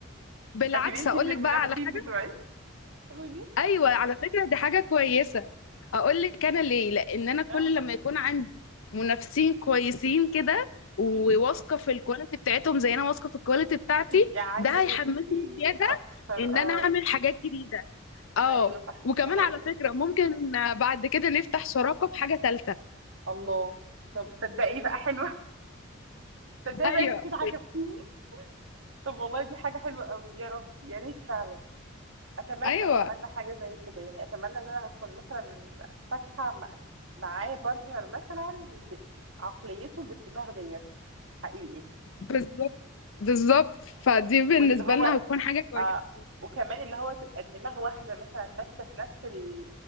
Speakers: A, on the left; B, on the right.
A: بالعكس
B: هتبقي انتي
A: هاقول
B: من المنافسين
A: لِك بقى على حاجة
B: بتوعي قولي
A: أيوه، على فكرة دي حاجة كويسة. هاقول لِك أنا ليه، لإن أنا كل
B: اه
A: لمّا يكون عندي منافسين كويسين كده وواثقة
B: مم.
A: في الquality بتاعتهم زي أنا واثقة في الquality بتاعتي،
B: هتبقي عايزة
A: ده هيحمّسني
B: تبقي
A: زيادة
B: اكتر
A: إن
B: اه
A: أنا أعمل حاجات جديدة. آه،
B: ايوه صح
A: وكمان
B: ده حقيقي
A: على فكرة ممكن بعد كده نفتح شراكة في حاجة تالتة.
B: الله طب تصدقي بقى حلوة تصدقي
A: أيوه،
B: بقى انت كده عجبتيني طب والله دي حاجة حلوة قوي يا رب يا ريت فعلا اتمنى
A: أيوه.
B: اتمنى حاجة زي كده يعني اتمنى ان انا اكون مثلا فاتحة مع- معايا بارتنر مثلا ب- عقليته بالدماغ ديت حقيقي
A: بالظبط بالظبط فدي بالنسبة
B: واللي هو
A: لنا هتكون حاجة كويسة
B: اه وكمان اللي هو تبقى الدماغ واحدة مثلا ماشية في نفس ال...